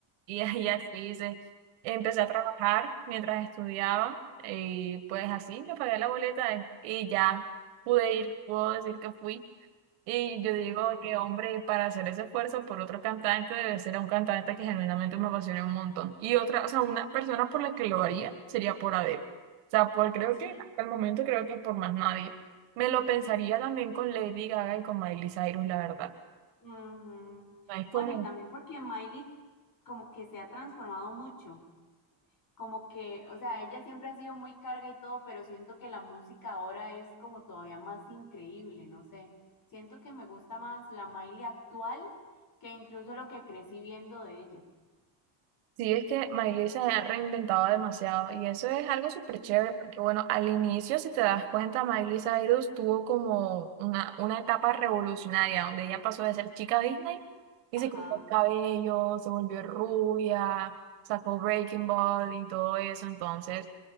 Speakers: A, on the right (about 80°); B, on the left (about 40°).
A: Y <laughs> ella así dice, empecé a trabajar mientras estudiaba y pues así me pagué la boleta eh, y ya pude ir, puedo decir que fui. Y yo digo
B: wow,
A: que, hombre, para hacer ese esfuerzo por otro cantante debe ser un cantante que genuinamente me apasione un montón. Y otra, o sea, una persona por la que lo haría sería por Adele. O sea, por, creo
B: Sí.
A: que hasta el momento creo que por más nadie. Me lo pensaría también con Lady Gaga y con Miley Cyrus, la verdad.
B: ujú.
A: O sea, Es
B: Bueno,
A: como...
B: y también porque Miley como que se ha transformado mucho. como que, o sea, ella siempre ha sido muy carga y todo, pero siento que la música ahora es como todavía más increíble, no sé. Siento que me gusta más la Miley actual que incluso lo que crecí viendo de ella.
A: Sí, es que Miley se ha reinventado demasiado y eso es algo súper chévere
B: Ujú.
A: porque bueno, al inicio, si te das cuenta, Miley Cyrus tuvo como una, una etapa revolucionaria donde ella pasó de ser chica Disney y
B: Ajá,
A: se cortó el cabello, se volvió rubia, sacó Breaking
B: ujú,
A: Bad y todo eso, entonces